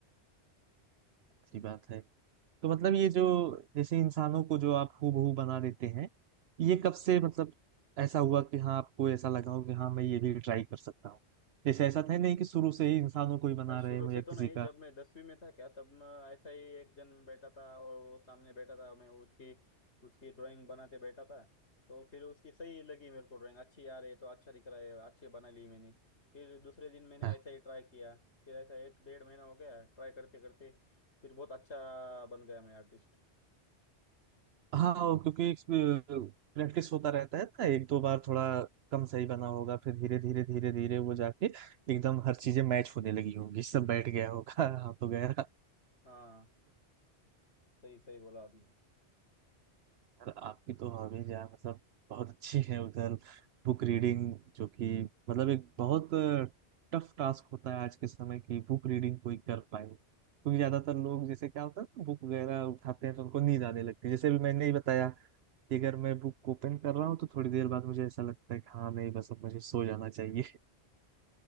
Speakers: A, on the right (about 70°); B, on the left (about 75°).
A: अच्छी बात है तो मतलब ये जो जैसे इंसानों को जो आप हूबहू बना देते हैं ये कब से मतलब ऐसा हुआ कि हाँ आपको ऐसा लगा हो कि हाँ मैं ये भी ट्राई कर सकता हूँ जैसे ऐसा था नहीं कि शुरू से ही इंसानों को ही बना
B: नहीं शुरू
A: रहे हो
B: से
A: या
B: तो
A: किसी
B: नहीं
A: का
B: जब मैं दसवीं में था क्या तब मैं ऐसा ही एक जन बैठा था और वो सामने बैठा था मैं उसकी उसकी ड्राइंग बनाते बैठा था तो फिर उसकी सही लगी मेरे को ड्राइंग अच्छी आ रही है तो अच्छा दिख रहा है अच्छी बना ली मैंने फिर दूसरे दिन मैंने
A: हाँ
B: ऐसा ही ट्राई किया फिर ऐसा एक डेढ़ महीना हो गया ट्राई करते करते फिर बहुत अच्छा बन गया मैं आर्टिस्ट
A: हाँ और क्योंकि प्रैक्टिस होता रहता है ना एक दो बार थोड़ा कम सही बना होगा फिर धीरे धीरे धीरे धीरे वो जाके एकदम हर चीजें मैच होने लगी होंगी सब बैठ गया होगा <laughs> हाथ वगैरह
B: हाँ सही सही बोला आपने
A: यार आपकी तो हॉबीज यार मतलब बहुत अच्छी है उधर बुक रीडिंग जो कि मतलब एक बहुत टफ टास्क होता है आज के समय की बुक रीडिंग कोई कर पाए क्योंकि ज्यादातर लोग जैसे क्या होता है ना बुक वगैरह उठाते हैं तो उनको नींद आने लगती है जैसे भी मैंने ही बताया कि अगर मैं बुक ओपन कर रहा हूँ तो थोड़ी देर बाद मुझे ऐसा लगता है कि हाँ नहीं बस अब मुझे सो जाना चाहिए <laughs>